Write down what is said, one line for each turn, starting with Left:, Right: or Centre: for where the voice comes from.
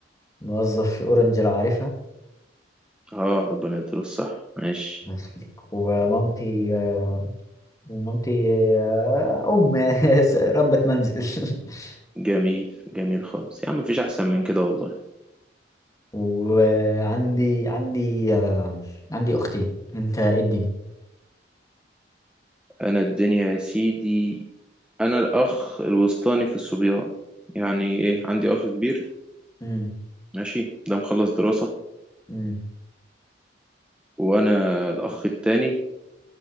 Left: موظف في اورنج لو عارفها
Centre: اه ربنا يديله الصحة ماشي
Left: الله يخليك ومامتي آه، ومامتي آه، ام <laughs> ربة منزل <laughs>
Centre: جميل جميل خالص يا عم مفيش احسن من كده والله
Left: وعندي عندي آه، عندي اختين انت ايه الدنيا
Centre: انا الدنيا يا سيدي انا الاخ الوسطاني في الصبيان يعني ايه عندي اخ كبير
Left: مم.
Centre: ماشي ده مخلص دراسة
Left: مم.
Centre: وانا الاخ التاني